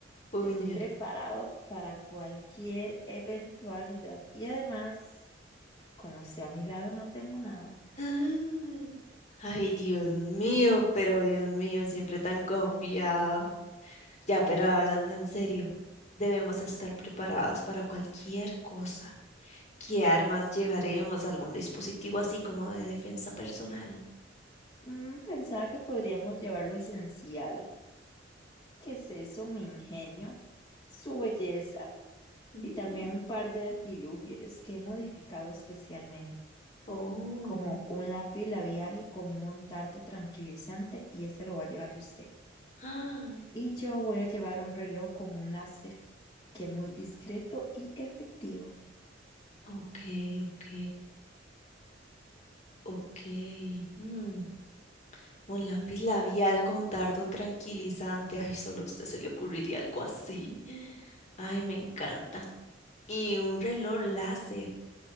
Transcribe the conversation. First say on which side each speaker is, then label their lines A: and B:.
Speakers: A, on the left; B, on the left.
A: puña!
B: Estoy preparado para cualquier eventualidad y además, como esté a mi lado, no temo nada.
A: <gasps> Ay, Dios mío, pero Dios mío, siempre tan confiado. Ya, pero hablando en serio, debemos estar preparadas para cualquier cosa. ¿Qué armas llevaremos? ¿Algún dispositivo así como de defensa personal?
B: Mm, pensaba que podríamos llevar lo esencial, que es eso, mi ingenio, su belleza
A: Mm,
B: y también un par de artilugios que he modificado especialmente.
A: oh.
B: como un lápiz labial con un dardo tranquilizante y ese lo va a llevar usted.
A: Ah,
B: Y yo voy a llevar un reloj con un láser que es muy discreto y efectivo.
A: ok, ok, ok. mm, un lápiz labial con dardo tranquilizante. Ay, solo a usted se le ocurriría algo así. Ay, me encanta. Y un reloj láser.